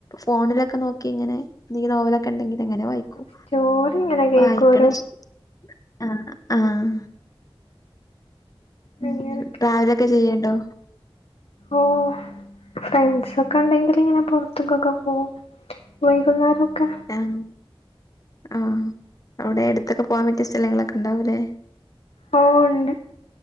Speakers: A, on the left; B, on the left.
A: ഫോണിലൊക്കെ നോക്കി ഇങ്ങനെ എന്തെങ്കിലും നോവലൊക്കെ ഉണ്ടെങ്കിൽ അങ്ങനെ വായിക്കും
B: സ്റ്റോറി ഇങ്ങനെ കേക്കോരോ
A: വായിക്കണ ഇഷ് ആഹ് ആഹ് ഉം
B: അങ്ങനൊക്കെ
A: ട്രാവലൊക്കെ ചെയ്യേണ്ടോ
B: ഓഹ് ഫ്രണ്ട്സ് ഒക്കെ ഉണ്ടെങ്കിൽ ഇങ്ങനെ പൊറത്ത് പുറത്ത്ക്കൊക്കെ പോവും വൈകുന്നേരൊക്കെ
A: ആഹ് ആഹ് അവിടെ അടുത്തൊക്കെ പോകാൻ പറ്റിയ സ്ഥലങ്ങളൊക്കെ ഇണ്ടാവൂല്ലേ
B: ഓ ഉണ്ട്